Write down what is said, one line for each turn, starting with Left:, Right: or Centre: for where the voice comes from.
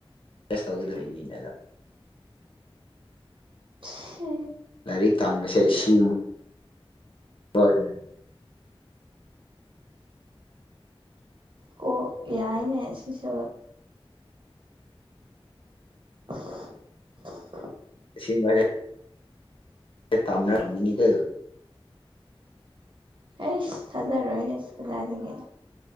Left: ꯇꯦꯁ ꯇꯧꯒꯗꯣꯔꯤꯕ ꯃꯤꯅꯦꯅ
Right: ꯍ
Left: ꯔꯥꯏꯔꯤꯛꯇꯝꯕꯁ‌ꯦ ꯏꯁꯨ ꯍꯣꯏ
Right: ꯀꯣꯛ ꯌꯥꯏꯅꯦ ꯁꯤꯁꯨ <inaudible>
Left: ꯁꯤꯃꯒ ꯑꯦ ꯇꯝ ꯃꯤꯅꯤꯒ
Right: ꯍꯁ꯫ ꯊꯥꯖꯔꯣꯏ ꯀꯗꯥꯏꯗꯒꯤ